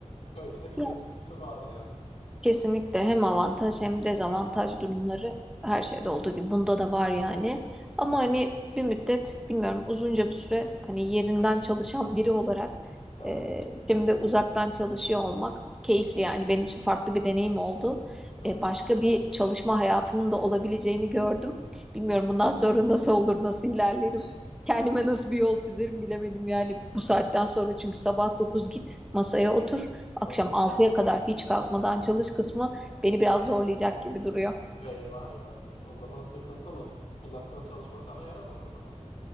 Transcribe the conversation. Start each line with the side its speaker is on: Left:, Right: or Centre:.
Left: böyle de bir
Centre: hı.
Left: götürüsü var yani.
Centre: Kesinlikle hem avantaj hem dezavantaj durumları her şeyde olduğu gibi bunda da var yani. Ama hani bir müddet bilmiyorum uzunca bir süre hani yerinden çalışan biri olarak
Left: Aha,
Centre: e, şimdi uzaktan çalışıyor olmak keyifli yani benim için farklı bir deneyim oldu.
Left: aha,
Centre: E, başka bir çalışma hayatının da olabileceğini gördüm. Bilmiyorum bundan sonra nasıl olur, nasıl ilerlerim. Kendime nasıl bir yol çizerim bilemedim yani bu saatten sonra çünkü sabah 9 git masaya otur. Akşam
Left: aha.
Centre: altıya kadar hiç kalkmadan çalış kısmı beni biraz zorlayacak gibi duruyor.
Left: <laughs> Eyvah eyvah. O zaman sıkıntılı. Uzaktan çalışma sana yaramadı o zaman.